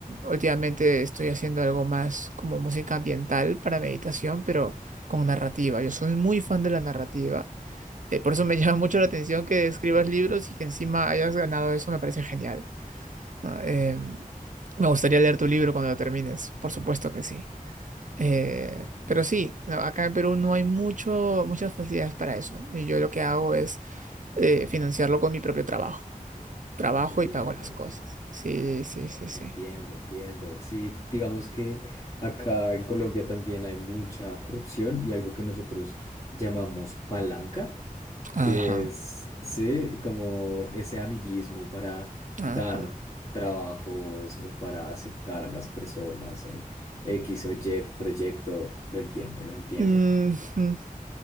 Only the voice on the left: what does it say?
Entiendo.
Entiendo, entiendo. Sí, digamos que acá en Colombia también hay mucha corrupción y algo que nosotros llamamos palanca, que
es, sí, como ese amiguismo para
dar trabajos o para aceptar a las personas en X o Y proyecto. Lo entiendo, lo entiendo.